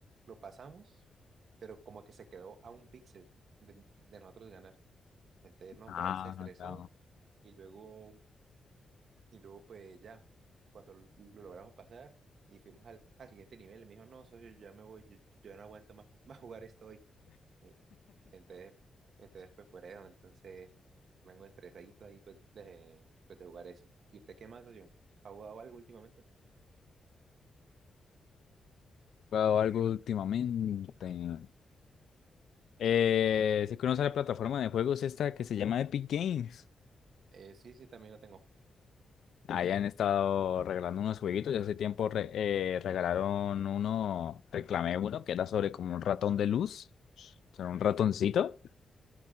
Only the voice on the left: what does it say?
Ah,
no, está.
jugado algo últimamente. Eh, si conoce la plataforma de juegos esta que se llama Epic Games.
Ahí han estado regalando unos jueguitos. Ya hace tiempo re- eh, regalaron uno, reclamé uno, que era sobre como un ratón de luz. O sea, un ratoncito.